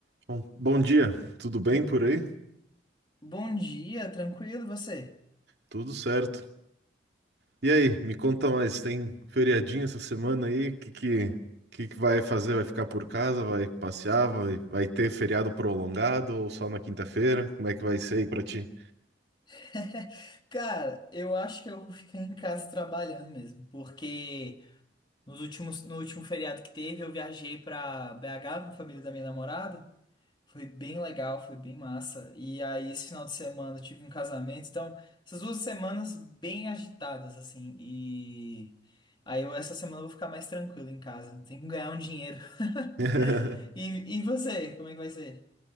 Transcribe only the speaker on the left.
Bom dia, tranquilo, e você?
<laughs> Cara, eu acho que eu vou ficar em casa trabalhando mesmo, porque nos últimos, no último feriado que teve, eu viajei pra BH com a família da minha namorada. Foi bem legal, foi bem massa. E aí, esse final de semana eu tive um casamento, então, essas duas semanas bem agitadas, assim. E aí, eu, essa semana eu vou ficar mais tranquilo em casa. Tem que ganhar um dinheiro. <laughs>
E, e você, como é que vai ser?